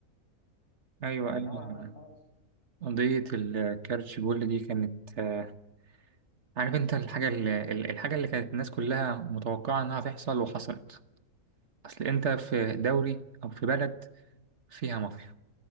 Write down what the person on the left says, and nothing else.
فنوعا
ما خلاص